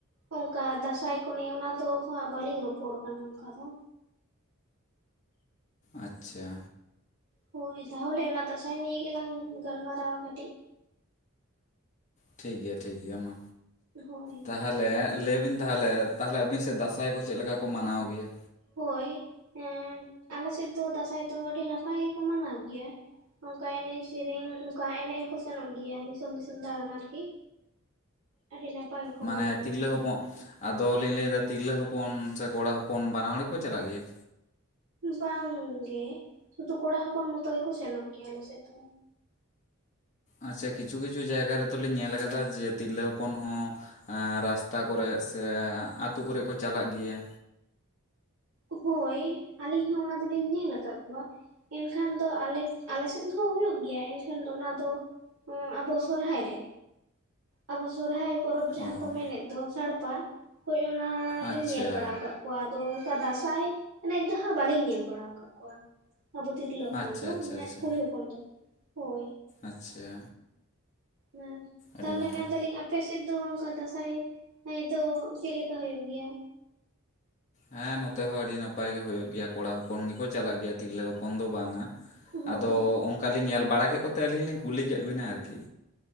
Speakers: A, on the right; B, on the left.
A: ᱚᱸᱠᱟ ᱫᱟᱸᱥᱟᱭ ᱠᱚᱱᱮ ᱚᱱᱟ ᱛᱚ ᱦᱟᱸᱜ ᱵᱟᱹᱞᱤᱝ ᱨᱚᱯᱚᱲ ᱠᱟᱱᱟ ᱚᱝᱠᱟ ᱫᱚ,
B: ᱟᱪᱼᱪᱷᱟ,
A: ᱦᱳᱭ ᱛᱟᱦᱚᱞᱮ ᱚᱱᱟ ᱫᱟᱥᱟᱸᱭ ᱱᱤᱭᱟᱹ ᱜᱮᱞᱟᱝ ᱜᱟᱞᱢᱟᱨᱟᱣᱼᱟ ᱠᱟᱹᱴᱤᱡ,
B: ᱴᱷᱤᱠ ᱜᱮᱭᱟ ᱴᱷᱤᱠ ᱜᱮᱭᱟ ᱢᱟ᱾
A: ᱦᱳᱭ
B: ᱛᱟᱦᱚᱞᱮ ᱞᱟᱹᱭ ᱵᱤᱱ ᱛᱟᱦᱚᱞᱮ ᱛᱟᱦᱚᱞᱮ ᱟᱹᱵᱤᱱ ᱥᱮᱫ ᱫᱟᱸᱥᱟᱭ ᱠᱚ ᱪᱮᱫ ᱞᱮᱠᱟ ᱠᱚ ᱢᱟᱱᱟᱣ ᱜᱮᱭᱟ᱾
A: ᱦᱳᱭ ᱦᱮᱸ ᱟᱞᱮ ᱥᱮᱫ ᱫᱚ ᱫᱟᱸᱥᱟᱭ ᱫᱚ ᱟᱹᱰᱤ ᱱᱟᱯᱟᱭ ᱜᱮᱠᱚ ᱢᱟᱱᱟᱣ ᱜᱮᱭᱟ᱾ ᱱᱚᱱᱠᱟ ᱮᱱᱮᱡ ᱥᱮᱨᱮᱧ ᱚᱱᱠᱟ ᱮᱱᱮᱡ ᱦᱚᱸᱠᱚ ᱥᱮᱱᱚᱜ ᱜᱮᱭᱟ ᱫᱤᱥᱚᱢ ᱫᱤᱥᱚᱢ ᱫᱟᱬᱟᱱ ᱟᱨᱠᱤ ᱟᱹᱰᱤ ᱱᱟᱯᱟᱭ ᱜᱮᱠᱚ
B: ᱢᱟᱱᱮ
A: ᱢᱟᱱᱟᱣ
B: ᱛᱤᱨᱞᱟᱹ
A: ᱜᱮᱭᱟ
B: ᱦᱚᱯᱚᱸᱜ ᱟᱫᱚ ᱞᱤᱧ ᱞᱟᱹᱭ ᱮᱫᱟ ᱛᱤᱨᱞᱟᱹ ᱦᱚᱯᱚᱱ ᱥᱮ ᱠᱚᱲᱟ ᱦᱚᱯᱚᱱ ᱵᱟᱱᱟ ᱦᱚᱲ ᱜᱮ ᱠᱚ ᱪᱟᱞᱟᱜ ᱜᱮᱭᱟ᱾
A: ᱵᱟᱝ ᱜᱮ ᱥᱩᱫᱩ ᱠᱚᱲᱟ ᱦᱚᱯᱚᱱ ᱢᱚᱛᱚ ᱜᱮᱠᱚ ᱥᱮᱱᱚᱜ ᱜᱮᱭᱟ ᱟᱞᱮ ᱥᱮᱫ ᱫᱚ
B: ᱟᱪᱪᱷᱟ ᱠᱤᱪᱷᱩᱼᱠᱤᱪᱷᱩ ᱡᱟᱭᱜᱟ ᱨᱮᱛᱚ ᱞᱤᱧ ᱧᱮᱞ ᱠᱟᱫᱟ ᱡᱮ ᱛᱤᱨᱞᱟᱹ ᱦᱚᱯᱚᱱ ᱦᱚᱸ ᱟᱸ ᱨᱟᱥᱛᱟ ᱠᱚᱨᱮ ᱥᱮ ᱟᱹᱛᱩ ᱠᱚᱨᱮ ᱠᱚ ᱪᱟᱞᱟᱜ ᱜᱮᱭᱟ᱾
A: ᱦᱳᱭ ᱟᱹᱞᱤᱧ ᱦᱚᱸ ᱚᱱᱟ ᱫᱚᱞᱤᱧ ᱧᱮᱞ ᱟᱠᱟᱫ ᱠᱚᱣᱟ᱾ ᱮᱱᱠᱷᱟᱱ ᱫᱚ ᱟᱞᱮ ᱟᱞᱮ ᱥᱮᱫ ᱦᱚᱸ ᱦᱩᱭᱩᱜ ᱜᱮᱭᱟ ᱮᱱᱠᱷᱟᱱ ᱫᱚ ᱚᱱᱟ ᱫᱚ ᱚᱸ ᱟᱵᱚ ᱥᱚᱨᱦᱟᱭ ᱨᱮ ᱟᱵᱚ ᱥᱚᱨᱦᱟᱭ ᱯᱚᱨᱚᱵᱽ ᱡᱟᱦᱟᱸ
B: ᱚ ᱦᱚᱸ
A: ᱠᱚ ᱢᱮᱱᱮᱫ ᱫᱚ ᱥᱟᱲᱯᱟ ᱦᱳᱭ ᱚᱱᱟ ᱞᱤᱧ
B: ᱟᱪᱪᱷᱟ
A: ᱧᱮᱞ ᱵᱟᱲᱟ ᱟᱠᱟᱫ ᱠᱚ ᱟᱫᱚ ᱚᱱᱠᱟ ᱫᱟᱸᱥᱟᱭ ᱮᱱᱮᱡ ᱫᱚ ᱦᱟᱸᱜ ᱵᱟᱹᱞᱤᱧ ᱧᱮᱞ ᱵᱟᱲᱟ ᱟᱠᱟᱫ ᱠᱚᱣᱟ ᱟᱵᱚ ᱛᱤᱨᱞᱟᱹ ᱦᱚᱯᱚᱱ
B: ᱟᱪᱪᱷᱟ
A: ᱫᱚ
B: ᱟᱪᱪᱷᱟ
A: ᱢᱟᱱᱮ
B: ᱟᱪᱪᱷᱟ
A: ᱠᱩᱲᱤ ᱦᱚᱯᱚᱱ ᱫᱚ ᱦᱳᱭ
B: ᱟᱪᱪᱷᱟ
A: ᱦᱮᱸ ᱛᱟᱦᱚᱞᱮ
B: ᱟᱹᱰᱤ ᱱᱟᱯᱟᱭ
A: ᱢᱮᱱ ᱫᱟᱹᱞᱤᱧ ᱟᱯ ᱟᱯᱮᱥᱮᱫ ᱫᱚ ᱚᱱᱠᱟ ᱫᱟᱸᱥᱟᱭ ᱦᱮᱸᱭ ᱫᱚ ᱪᱮᱫ ᱞᱮᱠᱟ ᱦᱩᱭᱩᱜ ᱜᱮᱭᱟ᱾
B: ᱦᱮᱸ ᱱᱚᱛᱮ ᱦᱚᱸ ᱟᱹᱰᱤ ᱱᱟᱯᱟᱭ ᱜᱮ ᱦᱩᱭᱩᱜ ᱜᱮᱭᱟ ᱠᱚᱲᱟ ᱦᱚᱯᱚᱱ ᱜᱮᱠᱚ ᱪᱟᱞᱟᱜ ᱜᱮᱭᱟ ᱛᱤᱨᱞᱟᱹ ᱦᱚᱯᱚᱱ ᱫᱚ ᱵᱟᱝᱼᱟ᱾
A: ᱦᱳᱭ
B: ᱟᱫᱚ ᱚᱝᱠᱟ ᱞᱤᱧ ᱧᱮᱞ ᱵᱟᱲᱟ ᱠᱮᱫ ᱠᱚᱛᱮ ᱟᱹᱞᱤᱧ ᱞᱤᱧ ᱠᱩᱞᱤ ᱠᱮᱫ ᱵᱤᱱᱟ ᱟᱨᱠᱤ